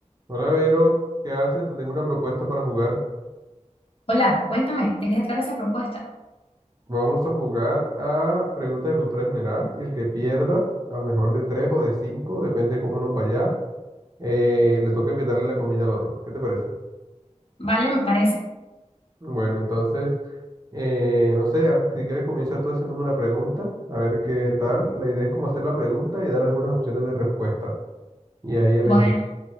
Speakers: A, on the right; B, on the left.
A: Hola Vero, ¿qué haces? Te tengo una propuesta para jugar.
B: Hola, cuéntame, ¿de qué se trata esa propuesta?
A: Vamos a jugar a preguntas de cultura general y el que pierda, a lo mejor de tres o de cinco, depende de cómo nos vaya, eh, le toca invitarle la comida al otro. ¿Qué te parece?
B: Vale, me parece.
A: Bueno, entonces, eh, no sé, ah, si quieres comienza tú haciéndome una pregunta, a ver qué tal. La idea es como hacer la pregunta y dar algunas opciones de respuesta. Y ahí elegí.
B: Bueno,